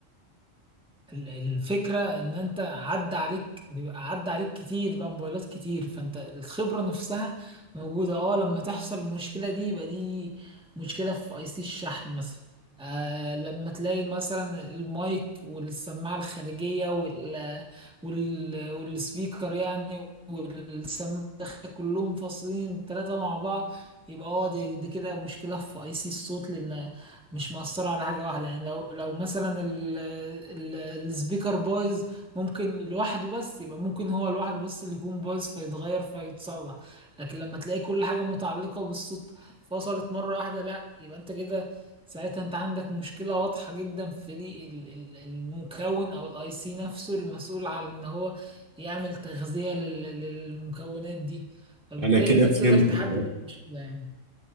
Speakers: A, in the centre; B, on the right.
A: ال- الفكرة ان انت عدى عليك بيبقى عدى عليك كتير بقى موبايلات كتير فانت الخبرة نفسها موجودة اه لما تحصل المشكلة دي يبقى دي مشكلة في اي سي الشحن مثلا آه لما تلاقي مثلا المايك والسماعة الخارجية وال وال والسبيكر يعني والسماعة الداخلية كلهم فاصلين ثلاثة مع بعض يبقى اه دي, دي كده مشكلة في اي سي الصوت لان مش مأثرة على حاجة واحدة يعني لو لو مثلا ال- ال- السبيكر بايظ ممكن لوحده بس يبقى ممكن هو لوحده بس اللي يكون بايظ فيتغير فيتصلح لكن لما تلاقي كل حاجة متعلقة بالصوت فصلت مرة واحدة لا يبقى انت كده ساعتها انت عندك مشكلة واضحة جدا في دي ال- ال- المكون او الاي سي نفسه المسؤول على ان هو يعمل تغذية لل- للمكونات دي فبالتالي
B: أنا كده
A: انت
B: فهمتك
A: بتقدر تحدد
B: أه
A: المشكلة يعني